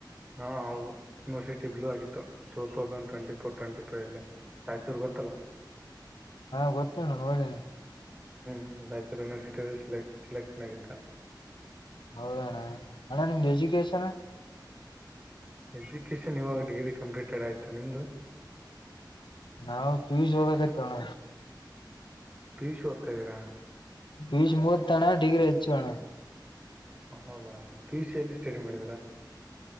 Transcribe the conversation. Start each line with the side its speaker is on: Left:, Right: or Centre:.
Right: ಹಾ ಹೌದು ಯನಿವರ್ಸಟಿ ಬ್ಲೂ ಆಗಿತ್ತು two thousand twenty four twenty five ಅಲ್ಲಿ ರಾಯಚೂರು ಗೋತ ಅಲಾ
Left: ಹಾ ಗೊತ್ತೇಣ್ಣ ನೋಡಿ
Right: ಹ್ಮ್ ರಾಯಚೂರು ಯೂನಿವರ್ಸಿಟಿಲ್ಲಿ ಸಿಲೆ ಸಿಲೆಕ್ಷನ್ ಆಗಿತ್ತ
Left: ಹೌದಣ್ಣ ಅಣ್ಣ ನಿಮ್ದು ಎಜುಕೇಶನ್
Right: ಎಜುಕೇಶನ್ ಇವಾಗ ಡಿಗ್ರಿ ಕಂಪ್ಲೀಟೆಡ್ ಆಯ್ತು ನಿಮ್ದು
Left: ನಾವು ಕ್ವಿಜ್ಕೊಳಬೇಕ್ ಅಣ್ಣ
Right: ಪಿ ಯು ಸೀ ಓತಾ ಇದೀರಾ
Left: ಪೀ-ಯು -ಸೀ ಮೂಗೀತ ತಣ ಡಿಗರಿ ಹಚ್ಚುವ ಅಣ
Right: ಹೌದಾ ಪಿ ಸಿಲ್ಲಿ ಸ್ಟಡಿ ಮಾಡಿದರಾ ಬ